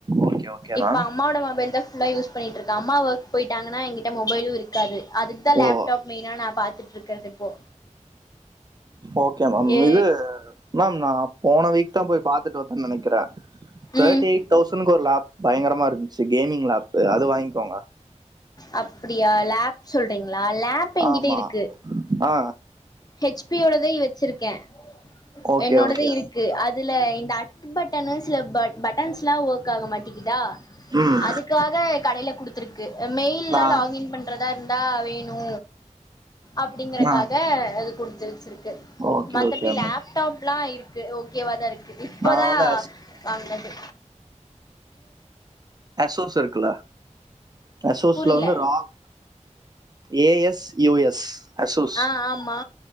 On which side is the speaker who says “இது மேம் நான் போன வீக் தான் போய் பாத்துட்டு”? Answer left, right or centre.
Right